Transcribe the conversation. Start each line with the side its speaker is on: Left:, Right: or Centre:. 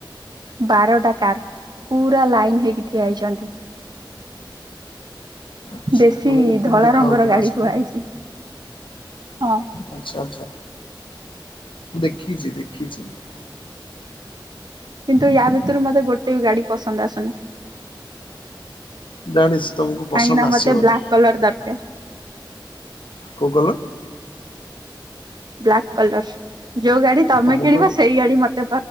Right: ବାରଟା କାର୍, ପୁରା ଲାଇନ୍ ହେଇକି ଠିଆହେଇଚନ୍ତି।
Left: ଆଚ୍ଛା
Right: ବେଶୀ
Left: ତମକୁ ଉପରୁ
Right: ଧଳା
Left: ଦେଖା
Right: ରଙ୍ଗର
Left: ହଉଛି ନା
Right: ଗାଡି
Left: ସବୁ
Right: ଥୁଆ ହେଇଚି, ହଁ।
Left: ଆଛା ଆଛା, ଦେଖିଚି ଦେଖିଚି ମୁଁ।
Right: କିନ୍ତୁ ୟା ଭିତରୁ ମତେ ଗୋଟେ ବି ଗାଡି ପସନ୍ଦ ଆସୁନା
Left: ଜାଣିଛି ତମକୁ ପସନ୍ଦ
Right: କାଇଁକିନା
Left: ଆସିବନି
Right: ମତେ ବ୍ଲାକ୍ କଲର୍ ଦରକାର
Left: କୋଉ କଲର
Right: ବ୍ଲାକ୍ କଲର ଯୋଉ ଗାଡି ତମେ
Left: ତମକୁ
Right: କିଣିବ ସେଇ ଗାଡି ମତେ